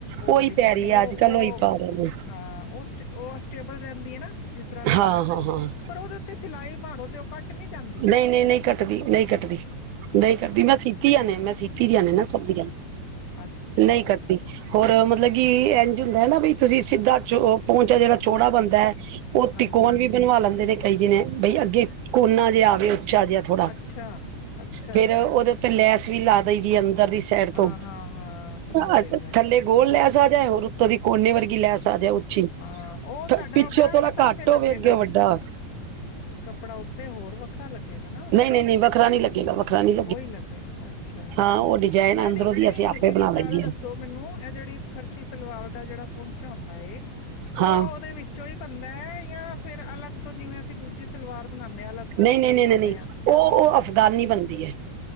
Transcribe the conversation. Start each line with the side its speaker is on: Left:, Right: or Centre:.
Left: ਓਹ
Right: ਉਹੀ
Left: ਵਾਲੀ
Right: ਪੈ
Left: ਫੋਮ
Right: ਰਹੀ
Left: ਓਹ
Right: ਹੈ ਅੱਜ
Left: ਔਹ,
Right: ਕੱਲ ਉਹੀ ਪਾ ਰਹੇ ਨੇ
Left: ਹਾਂ ਔਹ ਸ ਉਹ ਸਟੇਬਲ ਰਹਿੰਦੀ ਹੈ, ਨਾ ਜਿਸ ਤਰ੍ਹਾਂ
Right: ਹਾਂ
Left: ਰੱਖੋ।
Right: ਹਾਂ ਹਾਂ
Left: ਪਰ ਉਹਦੇ ਉੱਤੇ ਸਿਲਾਈ ਮਾਰੋ ਤੇ ਪੱਟ ਨਹੀਂ ਜਾਂਦ
Right: ਨਹੀਂ -ਨਹੀਂ -ਨਹੀਂ ਕੱਟਦੀ ਨਹੀ, ਕੱਟਦੀ ਨਹੀਂ, ਕੱਟਦੀ ਮੈਂ ਸੀਤੀ ਆਨੇ, ਮੈਂ ਸੀਤੀ ਧੀਆਂ ਨੇ ਨਾ ਸਭ ਦੀਆਂ,
Left: ਅੱਛਾ
Right: ਨਹੀਂ ਕਰਦੀ। ਹੋਰ ਮਤਲਬ ਕਿ ਇੰਝ ਹੁੰਦਾ ਹੈ, ਨਾ ਬ ਤੁਸੀਂ ਸਿੱਧਾ ਚੋ ਪਹੁੰਚਾ ਜਿਹੜਾ ਛੋੜਾ ਬਣਦੈ ਔਹ
Left: ਹਾਂਜੀ
Right: ਤਿਕੋਨ ਵੀ ਬਣਵਾ ਲੈਂਦੇ ਨੇ ਕਈ ਜਿਨੇ ਬਈ ਅੱਗੇ ਕੋਨਾ ਜਿਹਾ ਆਵੇ ਉੱਚਾ ਜਿਹਾ। ਥੋੜਾ
Left: ਅੱਛਾ ਅੱਛਾ
Right: ਫੇਰ ਉਹਦੇ ਉੱਤੇ ਲੈਸ ਵੀ ਲਾ ਦੇਈ ਦੀ ਏ ਅੰਦਰ ਦੀ ਸ਼ਈਡ
Left: ਹਾਂ
Right: ਤੋਂ,
Left: ਹਾਂ ਹਾਂ ਸਮਝ
Right: ਆ
Left: ਗਈ ਮੈਂ
Right: ਥੱਲੇ ਗੋਲ ਲੈਸ ਆ ਜੈ ਹੋਰ ਉੱਤੋਂ ਦੀ ਕੋਨੇ ਵਰਗੀ ਲੈਸ ਆ ਜਾਏ ਉੱਚੀ
Left: ਹਾਂ ਉਹ ਤੁਹਾਡਾ
Right: ਪਿੱਛੋਂ
Left: ਬਾਹਰਲੇ
Right: ਥੋੜਾ
Left: ਪਾਸੇ,
Right: ਘੱਟ
Left: ਲੱਗੇਗਾ
Right: ਹੋਵੇ ਅੱਗੇ ਵੱਡਾ
Left: ਕੱਪੜਾ ਔ ਤੇ ਹੋਰ ਵੱਖਰਾ ਲੱਗੇਗਾ ਨਾ ਉਹਦੇ
Right: ਨਹੀਂ
Left: ਤੇ
Right: ਨਹੀਂ ਨਹੀਂ ਵੱਖਰਾ ਨਹੀਂ ਲੱਗੇਗਾ ਵੱਖਰਾ ਨਹੀਂ
Left: ਓਹੀ ਲੱਗੇਗਾ ਅੱਚ ਅੱਛਾ
Right: ਹਾਂ ਉਹ ਡਿਜ਼ਾਇਨ
Left: ਮੈਂ
Right: ਅੰਦਰੋਂ
Left: ਨੀਂ, ਨਹੀਂ
Right: ਦੀ ਅਸੀਂ ਆਪੇ
Left: ਇੱਕ
Right: ਬਣਾ
Left: ਗੱਲ
Right: ਲਈਏ
Left: ਦੱਸੋ? ਮੈਨੂੰ, ਇਹ ਜਿਹੜੀ ਫਰਸ਼ੀ ਸਲਵਾਰ ਦਾ ਜਿਹੜਾ ਪਹੁੰਚ ਹੁੰਂਦਾ ਏ ਉਹ
Right: ਹਾਂ
Left: ਉਹਦੇ ਵਿੱਚੋਂ ਹੀ ਬੰਦਾ ਹੈ, ਜਾਂ ਫੇਰ ਅਲੱਗ ਤੋਂ ਜਿਵੇਂ ਅਸੀਂ ਦੂਜੀ ਸਲਵਾਰ ਬਣਾੰਦੇ ਹਾਂ ਅਲੱਗ ਤੋਂ
Right: ਨਹੀਂ
Left: ਬੁਕਰਮ
Right: -ਨਹੀਂ, ਨਹੀਂ
Left: ਲਾਉਂਦੇ
Right: -ਨਹੀਂ, ਨਹੀਂ
Left: ਹਾਂ
Right: ਔਹ ਔਹ ਅਫਗਾਨੀ ਬਣਦੀ ਹੈ।